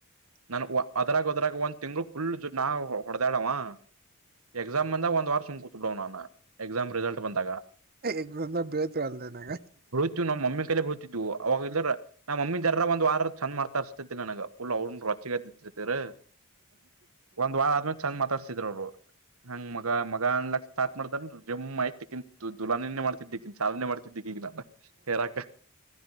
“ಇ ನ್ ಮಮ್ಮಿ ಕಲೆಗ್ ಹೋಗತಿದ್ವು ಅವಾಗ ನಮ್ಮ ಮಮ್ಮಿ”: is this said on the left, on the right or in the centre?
Right